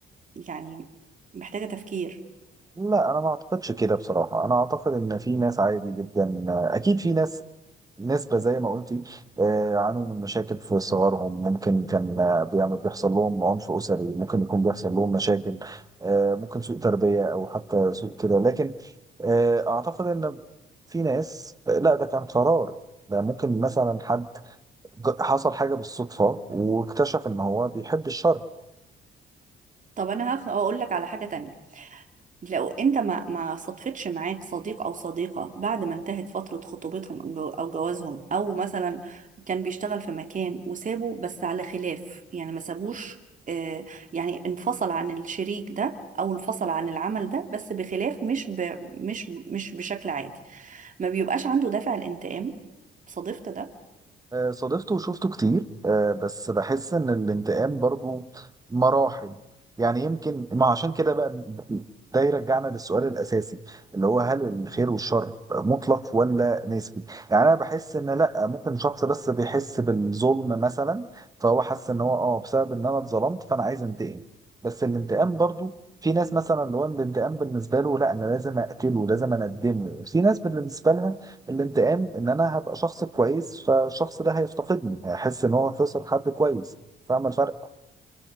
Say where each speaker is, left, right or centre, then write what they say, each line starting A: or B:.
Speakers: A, on the right (about 40°); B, on the right (about 20°).
A: يعني محتاجة تفكير
B: لا أنا ما أعتقدش كده بصراحة أنا أعتقد إن في ناس عادي جدا آه، أكيد في ناس نسبة زي ما قلتي آه، عانوا من مشاكل في صغرهم ممكن كان آه، بيعمل بيحصل لهم عنف أسري ممكن يكون بيحصل لهم مشاكل آه، ممكن سوء تربية أو حتى سوء كده لكن آه، أعتقد إن في ناس آه، لا ده كان قرار ده ممكن مثلا حد ج- حصل حاجة بالصدفة واكتشف إن هو بيحب الشر
A: طب انا هخ- هقول لك على حاجة تانية لو انت ما ما صدفتش معاك صديق او صديقة بعد ما انتهت فترة خطوبتهم او جو- أو جوازهم او مثلا كان بيشتغل في مكان وسابه بس على خلاف يعني ما سابوش آه، يعني انفصل عن الشريك ده او انفصل عن العمل ده بس بخلاف مش ب مش مش بشكل عادي ما بيبقاش عنده دافع الانتقام صادفت ده
B: آه، صادفته وشفته كتير آه، بس بحس ان الانتقام برضو مراحل يعني يمكن ما عشان كده بقى ده يرجعنا للسؤال الاساسي اللي هو هل الخير والشر مطلق ولا نسبي يعني انا بحس ان لا ممكن شخص بس بيحس بالظلم مثلا فهو حس ان هو اه بسبب ان انا اتظلمت فانا عايز انتقم بس الانتقام برضو في ناس مثلا اللي هو الانتقام بالنسبه له لا انا لازم اقتله لازم اندمه في ناس بالنسبه لها الانتقام ان انا هبقى شخص كويس فالشخص ده هيفتقدني هيحس ان هو خسر حد كويس فاهم الفرق